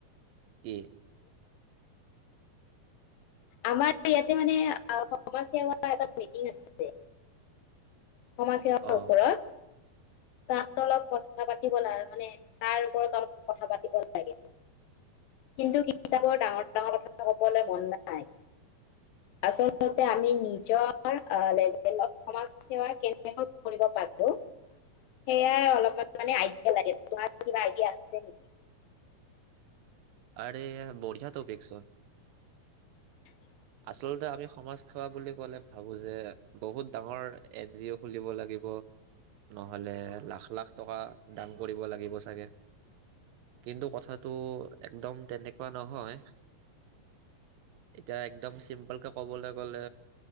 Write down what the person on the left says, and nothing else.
আমাৰ ইয়াতে মানে সমাজসেৱা এটা মিটিং আছে। সমাজ সেৱাৰ
ওপৰত। ‌ তাত <unintelligible> থা পাতিব লা মানে তাৰ ওপৰত অলপ কথা পাতিব লাগে, কিন্তু কিতাপৰ ডাঙৰ ডাঙৰ কথা কবলে মন নাই। আচলতে আমি নিজৰ অ লেভেলত সমাজ সেৱা কেনেকৈ কৰিব পাৰো সেয়াই অলপমান মানে আইডিয়া লাগে তোমাৰ কিবা আইডিয়া আছে নেকি?
<inaudible>